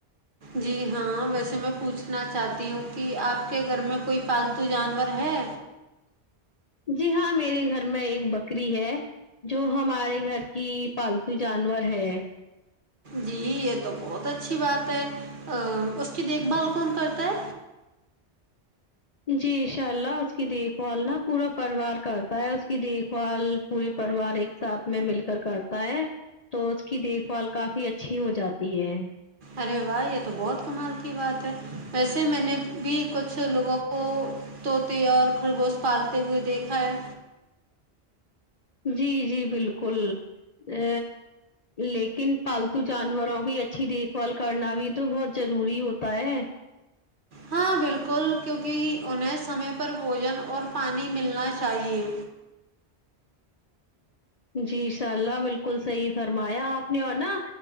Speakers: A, on the right; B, on the left.
A: جی ہاں ویسے میں پوچھ نا چاہتی ہوں کی آپ کے گھر میں کوئی پالتو جانور ہے
B: جی ہاں میرے گھر میں ایک بکری ہے جو ہمارے گھر کی پالتو جانور ہے
A: جی یے تو بہت اچھی بات ہے اس کی دیکھ بھال کون کرتا ہے
B: جی انشاء اللہ اس کی دیکھ بھال نا پورا پریوار کرتا ہے اس کی دیکھ بھال پورے پریوار ایک ساتھ میں مل کر کرتا ہے تو اس کی دیکھ بھال کافی اچھی ہو جاتی ہے
A: ارے واہ یے تو بہت کمال کی بات ہے ویسے میں نے بھی کچھ لوگوں کو طوتے اور خرگوش پالتے ہوئے دیکھا ہے
B: جی جی بالکل آ لیکن پالتو جانوروں کی اچھی دیکھ بھال کرنا بھی تو بہت ضروری ہوتا ہے
A: ہاں بالکل کیونکی انہیں سمے پر بھوجن اور پانی ملنا چاہیے
B: جی شاء اللہ بالکل صحیح فرمایا آپ نے اور نا